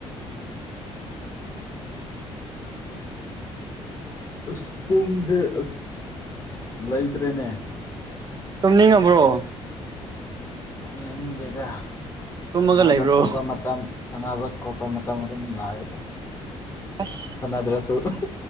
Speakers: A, on the left (about 25°); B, on the right (about 35°).
A: ꯑꯁ ꯄꯨꯡꯖꯦ ꯑꯁ ꯂꯩꯇ꯭ꯔꯦꯅꯦ
B: ꯇꯨꯝꯅꯤꯡꯉꯕ꯭ꯔꯣ
A: ꯇꯨꯝꯅꯤꯡꯗꯦꯗ
B: ꯇꯨꯝꯃꯒ
A: ꯅꯥꯕ
B: ꯂꯩꯕ꯭ꯔꯣ
A: ꯈ‌ꯣꯠꯄ ꯃꯇꯝ ꯁꯥꯟꯅꯕ ꯈꯣꯠꯄ ꯃꯇꯝ ꯑꯗꯨꯝ ꯂꯥꯛꯑꯦ ꯑꯗꯣ
B: ꯑꯁ
A: ꯁꯟꯅꯗ꯭ꯔꯁꯨ <unintelligible>